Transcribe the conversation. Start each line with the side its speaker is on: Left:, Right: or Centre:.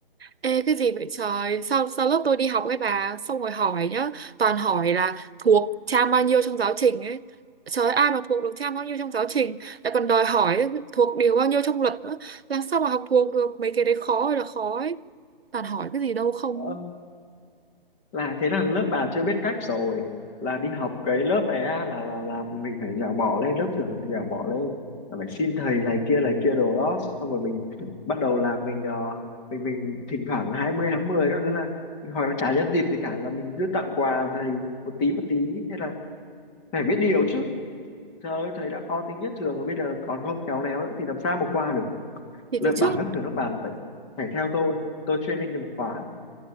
Right: Ê cái gì vậy trời Sao, sao lớp tôi đi học ấy bà Xong rồi hỏi nhá Toàn hỏi là thuộc trang bao nhiêu trong giáo trình ấy Trời ơi, ai mà thuộc được trang bao nhiêu trong giáo trình Lại còn đòi hỏi thuộc điều bao nhiêu trong luật nữa Làm sao mà học thuộc được Mấy cái đấy khó ơi là khó ấy Toàn hỏi cái gì đâu không
Left: ờ, là thế là lớp bà chưa biết cách rồi là đi học cái lớp này á là là là mình phải dẻo mỏ lên lớp trưởng là phải dẻo mỏ lên là phải xin thầy này kia này kia đồ đó xong rồi mình bắt đầu là mình ờ, mình mình thỉnh thoảng là 20 tháng 10 các thứ là hoặc là chả nhân dịp gì cả là mình cứ tặng quà thầy một tí một tí thế là phải biết điều chứ trời ơi thầy đã khó tính nhất trường rồi bây giờ còn không khéo léo nữa thì làm sao mà qua được
Right: Thì
Left: lớp
Right: từ
Left: bảo
Right: trước
Left: lớp trưởng lớp bà là phải phải theo tôi tôi training cho một khóa